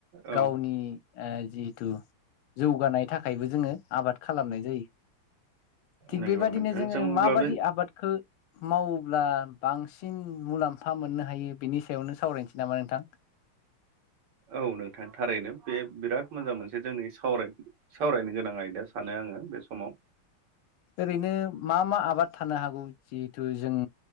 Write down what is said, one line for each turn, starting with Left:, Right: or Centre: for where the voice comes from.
Right: औ
Left: गावनि ओ जिहेथु जौगानायनि थाखायबो जोङो आबाद खालामनाय जायो। थिग
Right: नंगौ
Left: बेबादिनो
Right: नोंथां
Left: जोङो
Right: जों अब्ला
Left: माबादि
Right: बे
Left: आबादखौ मावोब्ला बांसिन मुलाम्फा मोननो हायो बेनि सायावनो सावरायनोसै नोंथां?
Right: औ नोंथां थारैनो बे बिराद मोजां मोनसे जोंनि साव सावरायनो गोनां आयदा। सानो आङो बे समाव।
Left: ओरैनो मा मा आबाद थानो हागौ जिहेथु जों